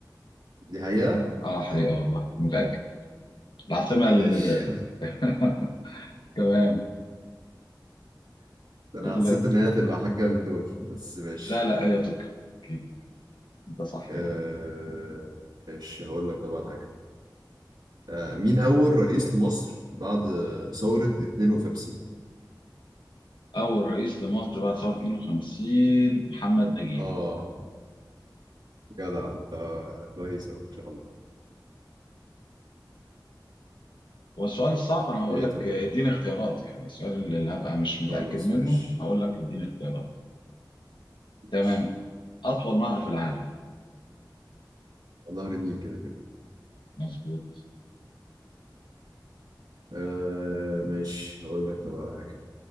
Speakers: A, on the right; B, on the left.
A: دي حقيقة
B: اه حقيقة والله متأكد العاصمة
A: ماشي
B: ال... <laughs> تمام
A: <laughs> ده أنا
B: قولت
A: حسيت إن هي هتبقى حاجة من دول بس ماشي
B: لا لا هي طوكيو أكيد أنت صح
A: آه...
B: يعني
A: ماشي هقول لك طبعا حاجة آه، مين أول رئيس لمصر بعد ثورة 52
B: أول رئيس لمصر بعد ثورة 52 محمد نجيب
A: اه جدع انت كويس أوي، ان شاء الله
B: هو السؤال الصعب أنا هقول
A: ايه
B: لك
A: طب
B: آه،
A: قول لي.
B: اديني اختيارات يعني السؤال اللي هبقى مش
A: خلاص
B: متأكد منه
A: ماشي
B: هقول لك اديني اختيارات
A: ماشي.
B: تمام أطول نهر في العالم
A: نهر النيل كده كده
B: مظبوط
A: آه ماشي هقول لك طب على حاجة